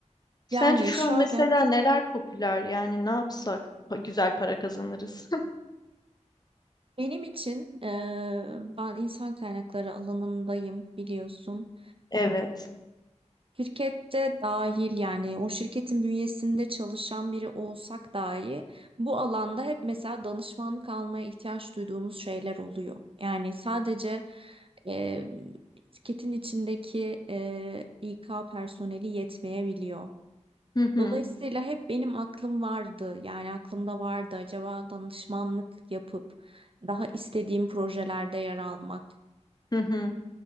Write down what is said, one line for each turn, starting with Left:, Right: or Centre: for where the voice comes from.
Left: Sence
Right: Yani
Left: şu
Right: şöyle,
Left: an mesela neler popüler? Yani ne yapsak pa- güzel para kazanırız? <laughs>
Right: benim için e, ben insan kaynakları alanındayım biliyorsun.
Left: Evet.
Right: Şirkette dahil yani o şirketin bünyesinde çalışan biri olsak dahi bu alanda hep mesela danışmanlık almaya ihtiyaç duyduğumuz şeyler oluyor. Yani sadece e, şirketin içindeki e, İK personeli yetmeyebiliyor.
Left: Hı hı.
Right: Dolayısıyla hep benim aklım vardı yani aklımda vardı acaba danışmanlık yapıp daha istediğim projelerde yer almak
Left: Hı hı.